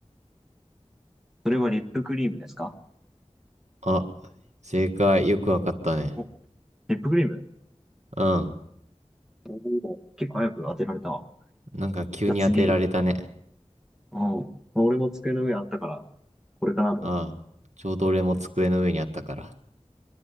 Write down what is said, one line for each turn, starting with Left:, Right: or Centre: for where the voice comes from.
Centre: それはリップクリームですか
Right: あ、正解、よくわかったね。
Centre: お、リップクリーム
Right: うん、
Centre: おおー結構早く当てられたわ。
Right: なんか急に当てられたね。
Centre: じゃあ次。うん。まあ俺も机の上あったから、これかなと思って。
Right: ああ、ちょうど俺も机の上にあったから。